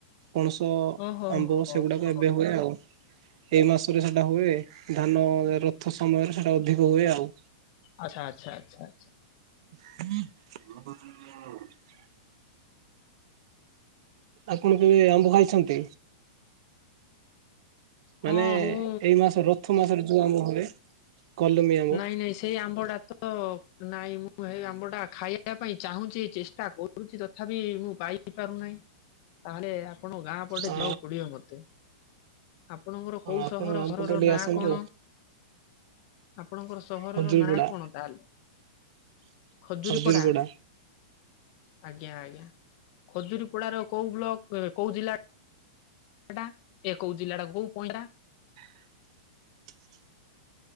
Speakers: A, on the right; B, on the left.
A: ପଣସ
B: ଓହୋ
A: ଆମ୍ବ
B: ହୋ ହୋ
A: ସେଗୁଡାକ ଏବେ
B: ହୋ।
A: ହୁଏ ଆଉ। ଏଇ ମାସରେ ସେଟା ହୁଏ ଧାନ ରଥ ସମୟରେ ସେଟା ଅଧିକ ହୁଏ ଆଉ।
B: ଆଚ୍ଛା ଆଚ୍ଛା ଆଚ୍ଛା।
A: <unintelligible> ଆପଣ କେବେ ଆମ୍ବ ଖାଇଛନ୍ତି?
B: ହଁ
A: ମାନେ
B: ମୁଁ
A: ଏଇ ମାସ ରଥ ମାସର ଜଉ ଆମ୍ବ ହୁଏ କଲମୀ ଆମ୍ବ
B: ନାଇଁ ନାଇଁ ସେଇ ଆମ୍ବଟା ତ ନାଇଁ ମୁଁ ହେଇ ଆମ୍ବଟା ଖାଇବା ପାଇଁ ଚାହୁଁଚି ଚେଷ୍ଟା କରୁଚି ତଥାପି ମୁଁ ପାଇପାରୁନାହିଁ। ତାହେଲେ ଆପଣଙ୍କ ଗାଁ ପଟେ
A: ଆ
B: ଯିବାକୁ ପଡିବ ମତେ। ଆପଣଙ୍କର କୋଉ
A: ଆପଣ
B: ସହର
A: ଆମପଟେ
B: ସହରର
A: ଟିକେ
B: ନାଁ
A: ଆସନ୍ତୁ
B: କଣ? ଆପଣଙ୍କର ସହରର
A: ହଜୁରିପଡା
B: ନାଁ କଣ ତାହେଲେ? ଖଜୁରୀ
A: ହଜୁରିପଡା
B: ପଡ଼ା। ଆଜ୍ଞା ଆଜ୍ଞା ଖଜୁରୀ ପଡାର କୋଉ ବ୍ଲକ କୋଉ ଜିଲ୍ଲା? ହେଟା ଏ କୋଉ ଜିଲ୍ଲାଟାକୁ କହିଲା।
A: <inaudible>